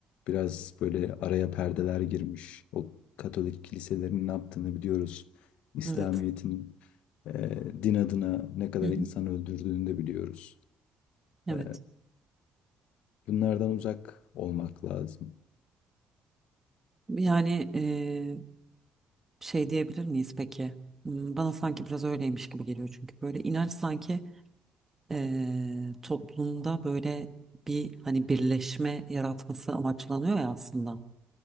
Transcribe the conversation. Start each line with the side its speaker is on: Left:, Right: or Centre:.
Left: Biraz böyle araya perdeler girmiş. O Katolik kiliselerin ne yaptığını biliyoruz. İslamiyet'in
Right: evet,
Left: e, din adına ne kadar
Right: Hı hı.
Left: insan öldürdüğünü de biliyoruz.
Right: evet.
Left: Ee, bunlardan uzak olmak lazım.
Right: Yani eee, şey diyebilir miyiz peki? Hmm, Bana sanki biraz öyleymiş gibi geliyor çünkü böyle inanç sanki eee, toplumda böyle bir hani birleşme yaratması amaçlanıyor ya aslında.